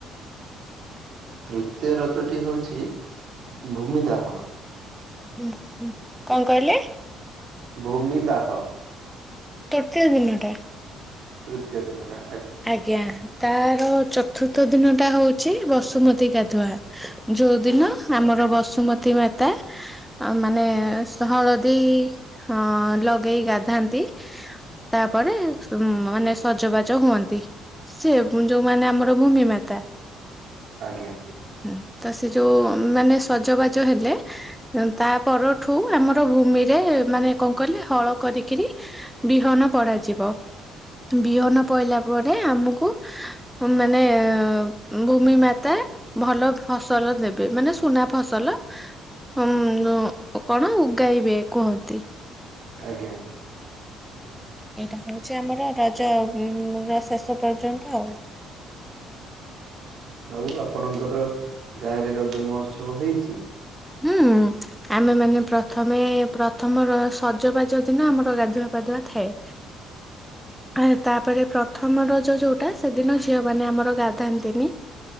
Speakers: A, on the right (about 65°); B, in the centre.
A: ତୃତୀୟ ରଜଟି ହଉଛି ଭୂମିଦାହ
B: ହ ହ କଣ କହିଲେ?
A: ଭୂମି ଦାହ
B: କେତେ ଦିନ ଟା
A: ତୃତିୟ ଦିନ ଟା
B: ଆଜ୍ଞା। ତାର ଚ ଚତୁର୍ତ ଦିନ ଟା ହଉଛି ବସୁମତୀ ଗା ତ <unintelligible> ଯୋଉଦିନ ଆମର ବସୁମତୀ ମାତା ଆ ମାନେ ହଳଦୀ ଅ ଲଗେଇ ଗାଧାନ୍ତି ତାପରେ ଉ ମାନେ ସଜବାଜ ହୁଅନ୍ତି। ଦେଖ <unintelligible> ସେ ଯୋଉମାନୋ ଆମର ଭୂମି ମାତା
A: ଆଜ୍ଞା
B: ହଁ ତ ସେ ଯୋଉ ମାନେ ସଜବାଜ ହେଲେ ତା ପରଠୁ ଆମର ଭୂମିରେ ମାନେ କଣ କହିଲେ ହଳ କରିକିରି ବିହନ ପଡାଯିବ ବିହନ ପଡଲା ପରେ ଆମକୁ କୁ ମାନେ ଭୂମି ମେତା ଭଲ ଫସଲ ଦେବେ ମାନେ ସୁନା ଫସଲ ହଁ କଣ ଉଗାଇବେ କୁହନ୍ତି?
A: ଆଜ୍ଞା।
B: ଏଇଟା ହଉଛି ଆମର ପ୍ରା ଉ <unintelligible> ଶେଷ ପର୍ଯ୍ୟନ୍ତ ଆଉ।
A: ଆଉ ଆପଣଙ୍କର ଗାଁ ରେ ରଜ ମହୋତ୍ସବ ହେଇଛି।
B: ହୁଁ ଆମେ ମାନେ ପ୍ରଥମେ ପ୍ରଥମର ସଜବାଜ ଦିନ ଆମର ଗାଧୁଆ ପାଧୁଆ ଥାଏ। ଆ ତାପରେ ପ୍ରଥମ ରଜ ଯୋଉଟା ସେଦିନ ଝିଅ ମାନ ଆମର ଗାଧାନ୍ତିନି